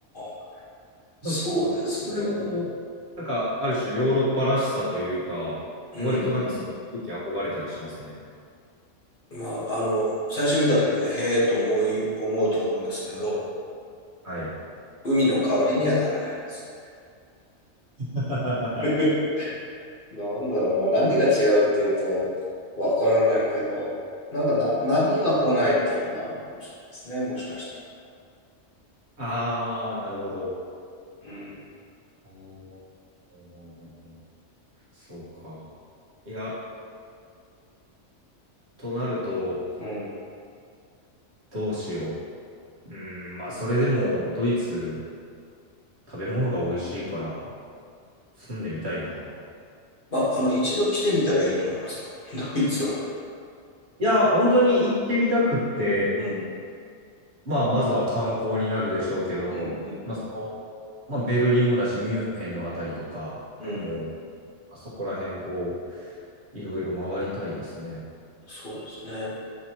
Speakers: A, on the left (about 45°); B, on the right (about 60°).
A: あ、そうですね。
B: なんかそれもこう、なんか、ある種ヨーロッパらしさというか、
A: うん、
B: 割となんかそういう風景憧れたりしますね。
A: うん。まあ、あの、最初見たときね、へえと思い、思うと思うんですけど、
B: はい。
A: 海の代わりにはならないです。
B: <laughs>
A: <laughs> なんだろうな、何が違うっていうと、わからないけど、なんかな、波が来ないっていうのもあるのかもしれないですね、もしかしたら。
B: ああ、なるほど。
A: うん。
B: うんうんうんうんそうか。いや、となると、
A: うん。
B: どうしよう。うん、まあ、それでも、ドイツ、食べ物が美味しいから、住んでみたいな。
A: まあ、あの、一度来てみたらいいと思いますよ、<laughs> ドイツは。
B: いや、本当に行ってみたくって、
A: うん。
B: まあ、まずは観光になるでしょうけど、
A: うん、
B: まあ、その、まあ、ベルリンもだし、ミュンヘンのあたりとか、
A: うん、うん。
B: もう、あそこら辺、こう、いろいろ回りたいですね。
A: そうですね。